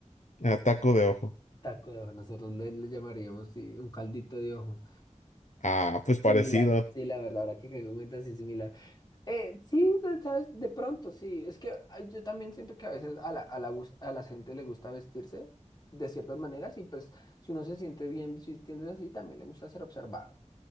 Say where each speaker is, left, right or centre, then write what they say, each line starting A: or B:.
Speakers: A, on the left; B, on the left.
A: Ah, taco de ojo.
B: Taco de ojo. Nosotros le, le llamaríamos sí, un caldito de ojo.
A: Ah, pues parecido.
B: Similar, sí, la verdad, ahora que caigo en cuenta, sí, similar. Eh, sí, de- sabes, de pronto sí. Es que ah, yo también siento que a veces a la, a la, gus- a la gente le gusta vestirse de ciertas maneras y pues si uno se siente bien vistiéndose así, también le gusta ser observado.